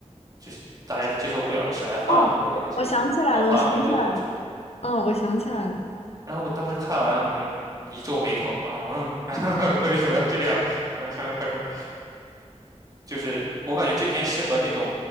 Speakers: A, on the right; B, on the left.
A: 就是大家都接受不了的事来换回那个劫匪，
B: 哦，我想起来了，
A: 还还回那个公主。
B: 我想起来了，嗯，我想起来了。
A: 然后我当时看完，我就一皱眉头，我说嗯，<laughs> 为什么要这样？<laughs> 就是我感觉这篇适合那种